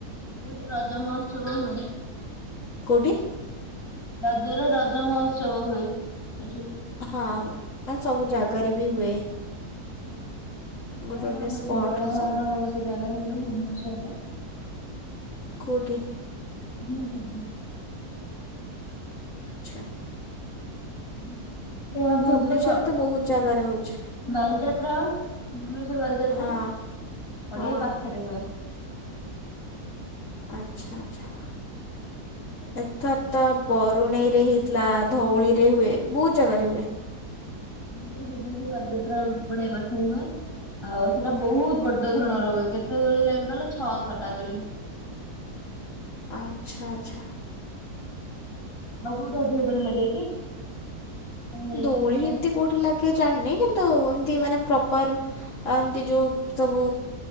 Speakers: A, on the left (about 15°); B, on the left (about 55°).
A: <unintelligible> ରଜମହୋତ୍ସବ ହୁଏ।
B: କୋଉଠି?
A: ରଜରେ ରଜମହୋତ୍ସବ ହୁଏ ଏଠି।
B: ହଁ-ମ୍ ସବୁ ଜାଗାରେ ବି ହୁଏ।
A: <unintelligible>
B: ଗୋଟେ ଗୋଟେ
A: ଆମର
B: ସ୍ପଟରେ
A: ଏଠି ବଡ ଧରଣର
B: ସବୁ
A: ଗୋଟେ ଜାଗାରେ ହୁଏ ଭୁବନେଶ୍ବରରେ।
B: କୋଉଠି?
A: ଭୁବନେଶ୍ୱର ରେ।
B: ଆଚ୍ଛା
A: <unintelligible> ବାଲଯାତ୍ରା
B: ଭୁବନେଶ୍ୱରରେ ତ ବହୁତ ଜାଗାରେ ହେଉଛି
A: ବାଲିଯାତ୍ରା ଭୁବନେଶ୍ଵର ବାଲିଯାତ୍ରା
B: ହଁ
A: ପଡିଆ
B: ହଁ
A: ପାଖେରେ ହୁଏ।
B: ଆଚ୍ଛା ଆଚ୍ଛା। ଏଥର ତ ବରୁଣେଇ ରେ ହେଇଥିଲା ଧଉଳି ରେ ହୁଏ ବହୁତ୍ ଯାଗାରେ ହୁଏ।
A: ଆମର ଏଠି ଭୁବନେଶ୍ବର ବାଲିଯାତ୍ରା ପଡିଆ ପାଖେରେ ହୁଏ। ଆଉ ସେଟା ବହୁତ୍ ବଡଧରଣ ର ହୁଏ କେତେ ଦୋଳି ଲାଗେ କହିଲ ଛଅଶ ଟା ଦୋଳି।
B: ଆଚ୍ଛା ଆଚ୍ଛା।
A: ଆଉ କୋଉଠେ ଅଧିକ ଦୋଳି ଲଗେ କି? ତମେ ଯାଇଛ
B: ଦୋଳି
A: କି ନାଇଁ?
B: ଏମତି କୋଉଠି ଲାଗେ ଜାଣିନି କିନ୍ତୁ ଏମତି ମାନେ ପ୍ରପର ଆଉ ଏମିତି ଯୋଉ ସବୁ